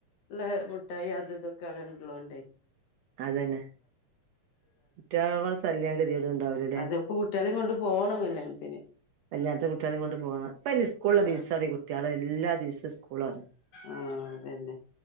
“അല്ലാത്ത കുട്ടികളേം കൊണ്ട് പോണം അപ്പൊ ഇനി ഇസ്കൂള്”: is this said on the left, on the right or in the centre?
Right